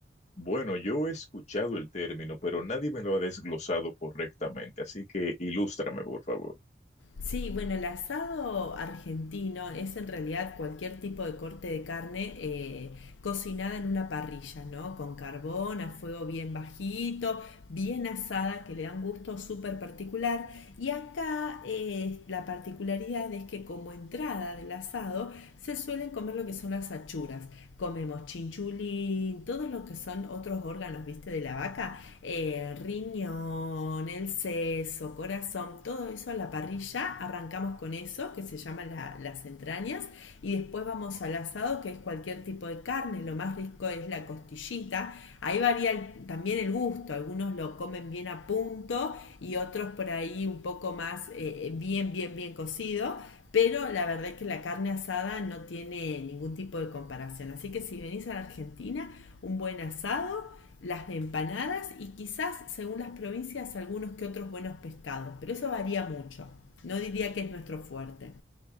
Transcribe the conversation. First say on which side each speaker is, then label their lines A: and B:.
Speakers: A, on the left; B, on the left.
A: Bueno, yo he escuchado el término, pero nadie me lo ha desglosado correctamente, así que ilústrame, por favor.
B: Sí, bueno, el asado argentino es en realidad cualquier tipo de corte de carne eh, cocinada en una parrilla, ¿no? Con carbón, a fuego bien bajito, bien asada, que le da un gusto súper particular. Y acá eh, la particularidad es que como entrada del asado se suelen comer lo que son las achuras. Comemos chinchulín, todos los que son otros órganos, viste, de la vaca, eh, riñón pulmón, el seso, corazón, todo eso a la parrilla, arrancamos con eso, que se llama la- las entrañas, y después vamos al asado, que es cualquier tipo de carne, lo más rico es la costillita, ahí varía el- también el gusto, algunos lo comen bien a punto y otros por ahí un poco más eh, bien, bien, bien cocido, pero la verdad es que la carne asada no tiene ningún tipo de comparación. Así que si venís a la Argentina, un buen asado las de empanadas y quizás, según las provincias, algunos que otros buenos pescados, pero eso varía mucho. No diría que es nuestro fuerte.